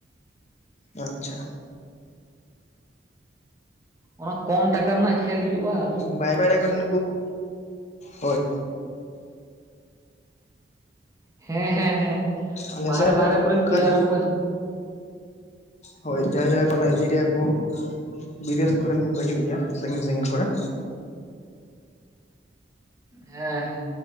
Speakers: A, on the left; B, on the right.
A: ᱟᱪᱪᱷᱟ᱾
B: ᱚᱱᱟ ᱠᱚᱢ ᱴᱟᱠᱟ ᱨᱮᱱᱟᱜ ᱠᱷᱮᱞ ᱦᱩᱭᱩᱜᱼᱟ᱾ ᱟᱨ,
A: ᱵᱟᱭ ᱵᱟᱭ ᱠᱚᱨᱮᱱ ᱠᱚ <inaudible> ᱦᱳᱭ
B: ᱦᱮᱸ ᱦᱮᱸ ᱦᱮᱸ
A: ᱟᱞᱮ
B: ᱵᱟᱦᱨᱮ
A: ᱥᱮᱫ ᱚᱱᱠᱟᱜᱮ
B: ᱵᱟᱦᱨᱮ ᱠᱚᱨᱮᱱ ᱯᱞᱮᱭᱟᱨ ᱦᱚᱸᱠᱚ,
A: ᱦᱳᱭ ᱡᱟᱭ ᱡᱟᱭ ᱠᱚ ᱱᱟᱭᱡᱮᱨᱤᱭᱟ ᱠᱚ, ᱵᱤᱫᱮᱥ ᱠᱚᱨᱮᱱ ᱠᱚ ᱠᱚ ᱦᱤᱡᱩᱜ ᱜᱮᱭᱟ ᱥᱟᱺᱜᱤᱧ ᱥᱟᱺᱜᱤᱧ ᱠᱚᱨᱮᱱ᱾
B: ᱦᱮᱸ